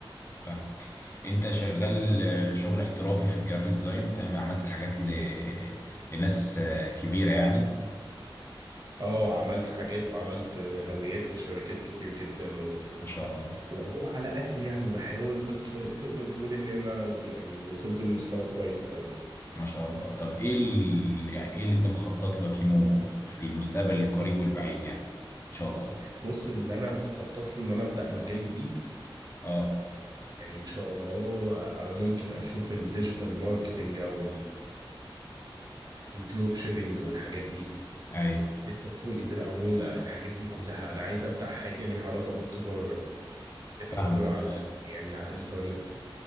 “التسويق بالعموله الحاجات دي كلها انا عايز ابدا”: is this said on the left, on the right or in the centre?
Right